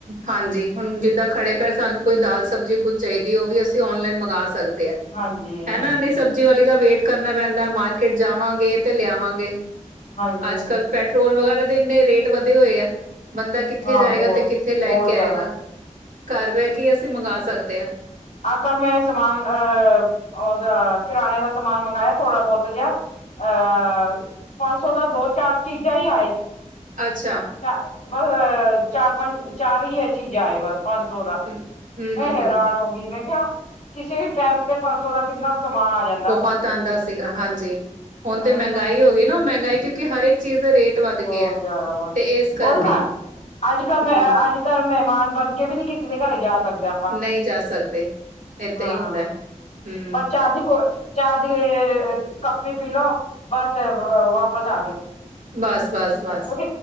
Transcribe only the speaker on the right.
ਹਾਂਜੀ ਹੁਣ ਜਿੱਦਾਂ ਖੜੇ ਪਏ ਸਾਨੂੰ ਕੋਈ ਦਾਲ ਸਬਜ਼ੀ ਕੁੱਝ ਚਾਹੀਦੀ ਉਹ ਵੀ ਅਸੀਂ ਔਨਲਾਈਨ ਮੰਗਵਾ ਸਕਦੇ ਹਾਂ
ਹਨਾ ਨਹੀਂ ਸਭ ਵਾਲੀ ਦਾ ਵੇਟ ਕਰਨਾ ਪੈਂਦਾ ਮਾਰਕਿਟ ਜਾਵਾਂਗੇ ਤੇ ਲਿਆਵਾਂਗੇ
ਅੱਜ ਕੱਲ ਪੈਟਰੋਲ ਵਗੈਰਾ ਦੇ ਇੰਨੇ ਰੇਟ ਵਧੇ ਹੋਏ ਆ ਬੰਦਾ ਕਿੱਥੇ
ਜਾਏਗਾ
ਤੇ ਕਿੱਥੇ ਲੈ
ਕੇ
ਆਏਗਾ ਘਰ ਬਹਿ ਕੇ ਹੀ ਅਸੀਂ ਮੰਗਵਾ ਸਕਦੇ ਹਾਂ
ਅੱਛਾ
ਹੂੰ ਹੂੰ
ਹੂੰ
ਹੂੰ
ਬਹੁਤ ਆਉਂਦਾ ਸੀਗਾ ਹਾਂਜੀ ਹੁਣ ਤੇ
ਮਹਿੰਗਾਈ
ਹੋ ਗਈ ਨਾ ਉਹ ਮਹਿੰਗਾਈ ਕਿਉਂਕਿ ਹਰੇਕ ਚੀਜ਼ ਦੇ ਰੇਟ ਵੱਧ
ਗਿਆ
ਤੇ ਇਸ
ਕਰਕੇ
ਹੂੰ
ਨਹੀਂ ਜਾ ਸਕਦੇ ਏਦਾਂ
ਹੀ ਹੁੰਦਾ ਹੈ, ਹੂੰ
ਬਸ ਬਸ ਬਸ